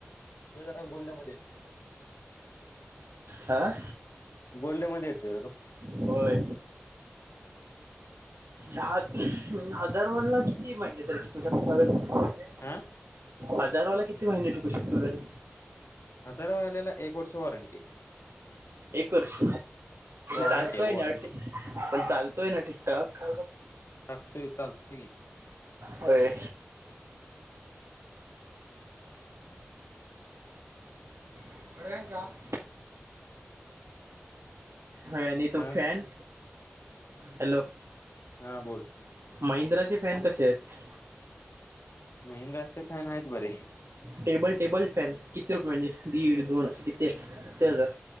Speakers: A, on the left (about 75°); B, on the right (about 80°).
A: ते जरा गोल्डमध्येध्ये येतील.
B: आ.
A: गोल्ड मध्ये येतोयरे तो.
B: होय. द हजारवाला किती महिने तर कि तुमच्या पाास हजार
A: आ.
B: हजारावाला किती महिने टिकू शकतो तरी?
A: हजार वाल्याला एक वर्ष वॉरंटी.
B: एक वर्ष
A: वॉरंटी
B: चालतोय
A: आहे वॉरंटी
B: ना आठ पण चालतोय ना ठीकठाक.
A: टाकतोय, चालतो की.
B: होय. <unintelligible> होय आणि तो
A: मग
B: फॅन? हॅलो.
A: हा बोल.
B: महिंद्राचे फॅन कसे आहेत?
A: महिंद्राचे फॅन आहेत बरे.
B: टेबल टेबल फॅन किती रुपये म्हणजे, दीड दोन असे किती किती हजार?